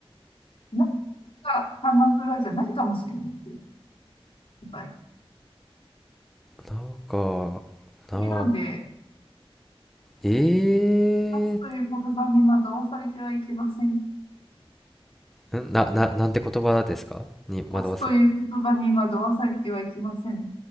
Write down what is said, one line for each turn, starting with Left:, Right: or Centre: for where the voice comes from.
Left: なんか鎌倉じゃないかもしれないっていう答え。
Centre: なんか、
Left: 敵なんで、
Centre: な、え
Left: 勝つという言葉に惑わされてはいけません。
Centre: ー、んな、な、なんて言葉ですかに惑わす。
Left: 勝つという言葉に惑わされてはいけません。